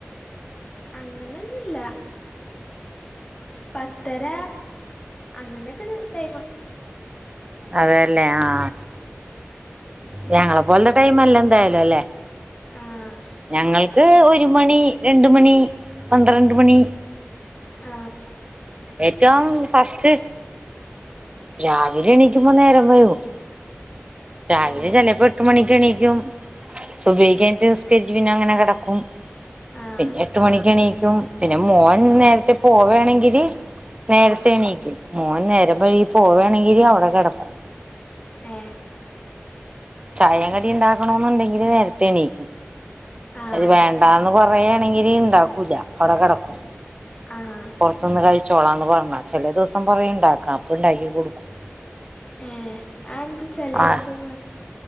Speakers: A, on the left (about 20°); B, on the right (about 25°).
A: അങ്ങനെന്നുമില്ല പത്തര അങ്ങനെയൊക്കെ ഒരു ടൈമ്
B: അതേല്ലേ ആ ഞങ്ങള പോല ടൈംല്ല എന്തായാലുമല്ലെ
A: ആഹ്
B: ഞങ്ങൾക്ക് <unintelligible> ഒരു മണി രണ്ട് മണി പന്ത്രണ്ട് മണി
A: ആ
B: ഏറ്റവും ഫസ്റ്റ് രാവിലെ എണീക്കുമ്പോ നേരം വെളുക്കും രാവിലെ
A: ഏഹ്
B: ചിലപ്പോ എട്ട് മണി <unintelligible> ണിക്കും <unintelligible> സുബൈക്കെ എണീറ്റ്
A: ഓഹ്
B: നിസ്കരിച്ച് പിന്നെ അങ്ങന തും
A: ആഹ്
B: പിന്നെ എട്ട് മണിക്ക് എണീക്കു <unintelligible> പിന്നെ മോൻ നേരത്തെ പോവേണെങ്കില് നേർത്തേണീക്ക്
A: ആഹ്
B: മൂൻ നേരം വഴി പോവണെങ്കില് അവിടെ കിടക്കും
A: ആ
B: ചായ കടി ഉണ്ടാക്കണോ എന്നുണ്ടെങ്കിൽ നേര തണീക്ക
A: ആഹ്
B: വേണ്ടന്ന് കൊറയാ ണ്ടാക്കൂല അപ്പൊ അവിടെ കെടക്കും
A: ആഹ്
B: പുറത്തുനിന്ന് കഴിച്ച ചോളാന്ന് പറഞ്ഞ ചില ദിവസം പറയും ഇണ്ടാക്ക അപ്പ ഉണ്ടാക്കി കൊടുക്കും
A: ആഏ ആന്ത ചലസ
B: ആഹ്
A: മ